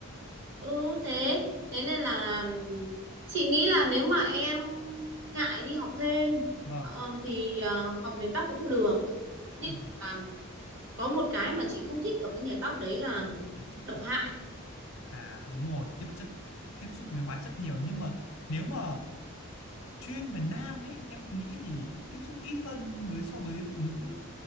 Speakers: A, on the right (about 55°); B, on the left (about 70°).
A: ừ thế thế nên là ừm, chị nghĩ là nếu mà em ngại đi học thêm
B: vâng
A: ờ, thì ờ, học nghề tóc cũng được nhưng
B: ừ.
A: mà có một cái mà chị không thích ở cái nghề tóc đấy là
B: là gì
A: độc hại
B: À đúng rồi, tiếp chất tiếp xúc với hóa chất nhiều nhưng mà nếu mà chuyên về nam ấy em nghĩ thì tiếp xúc ít hơn với so với phụ nữ